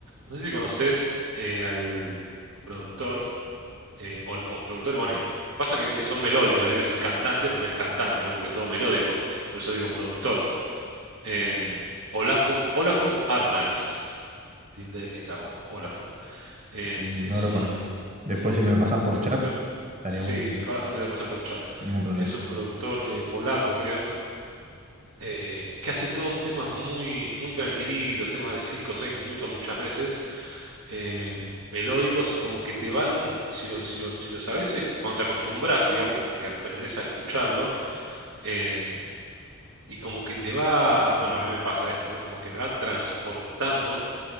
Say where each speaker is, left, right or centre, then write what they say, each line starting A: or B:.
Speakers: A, on the right; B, on the right.
A: No sé si conoces eh, al productor eh, o, o productor, bueno, y pasa que son melódicos, iba a decir cantante, pero no es cantante, ¿no? Porque es todo melódico, por eso digo productor. Em, Olafur, Olafur Arnalds, tilde en la O, Olafur. Em,
B: no
A: es
B: lo
A: un,
B: conozco. Después
A: un
B: si me lo pasás por
A: productor.
B: chat, estaría
A: Sí,
B: buenísimo.
A: ahora ahora te lo voy a pasar por chat.
B: Ningún problema.
A: Es un productor eh, polaco, creo, eh, que hace todos temas muy, muy tranquilitos, temas de 5 o 6 minutos muchas veces, em, melódicos y como que te van, si lo, si lo, si lo sabes, es cuando te acostumbras, digamos, como que aprendes a escucharlo, em, y como que te va, bueno, a mí me pasa esto, ¿no? Como que me va transportando